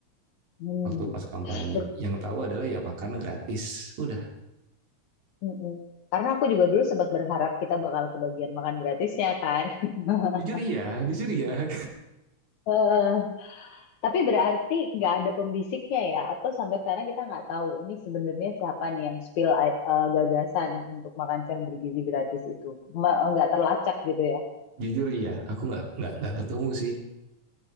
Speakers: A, on the left; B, on the right.
A: Hmm,
B: waktu pas kampanye
A: bet-
B: yang tahu adalah ya makan gratis udah
A: mm-mm. Karena aku juga dulu sempat berharap kita bakal kebagian makan gratisnya kan. <laughs>
B: Jujur iya, jujur iya.
A: Eh, tapi berarti nggak ada pembisiknya ya? Atau sampai sekarang kita nggak tahu ini sebenarnya siapa nih yang spill eh, gagasan untuk makan siang bergizi gratis itu? Ma- Nggak terlacak gitu ya?
B: <laughs> jujur iya aku nggak nggak nggak ketemu sih